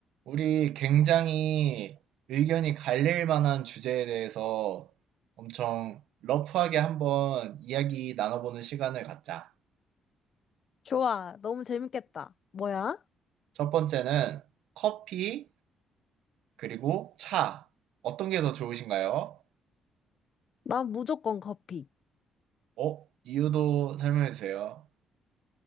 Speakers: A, on the right (about 85°); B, on the left (about 45°).
A: 우리 굉장히 의견이 갈릴 만한 주제에 대해서 엄청 러프하게 한번 이야기 나눠보는 시간을 갖자.
B: 좋아. 너무 재밌겠다. 뭐야?
A: 첫 번째는 커피, 그리고 차. 어떤 게 더 좋으신가요?
B: 난 무조건 커피.
A: 어? 이유도 설명해 주세요.